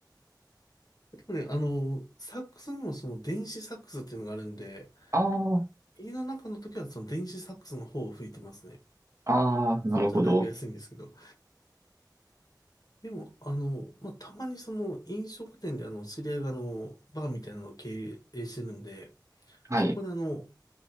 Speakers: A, on the left (about 55°); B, on the right (about 40°).
A: でもね、あの、サックスにもその電子サックスっていうのがあるんで、
B: あー、
A: 家の中の時はその電子サックスの方を吹いてますね。
B: あー、
A: そっちはだいぶ安いんですけど。
B: なるほど。
A: でも、あの、まあ、たまにその飲食店であの、知り合いがあの、バーみたいなのを経営してるんで、
B: はい。
A: そこであの、